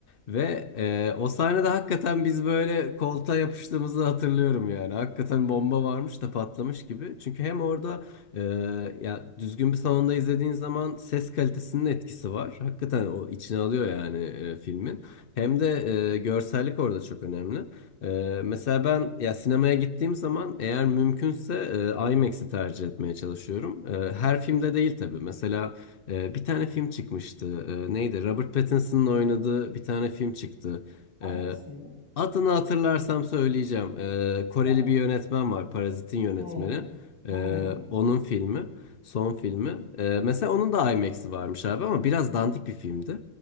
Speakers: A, on the left; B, on the left.
A: Ve e, o sahnede hakikaten biz böyle koltuğa yapıştığımızı hatırlıyorum yani. Hakikaten bomba varmış da patlamış gibi. Çünkü hem orada e, ya düzgün bir salonda izlediğin zaman ses kalitesinin etkisi var. Hakikaten o içine alıyor yani e, filmin. Hem de e, görsellik orada çok önemli. E, mesela ben ya sinemaya gittiğim zaman eğer mümkünse e, IMAX'i tercih etmeye çalışıyorum. E, her filmde değil tabii. Mesela ee, bir tane film çıkmıştı. Ee, neydi? Robert Pattinson'ın oynadığı bir tane film çıktı.
B: Hangisiydi?
A: Ee, Adını hatırlarsam söyleyeceğim. Ee, Koreli
B: Tamam.
A: bir yönetmen var. Parazit'in yönetmeni.
B: Hmm. Hmm.
A: Ee, onun filmi. Son filmi. Ee, mesela onun da IMAX'i varmış abi ama biraz dandik bir filmdi.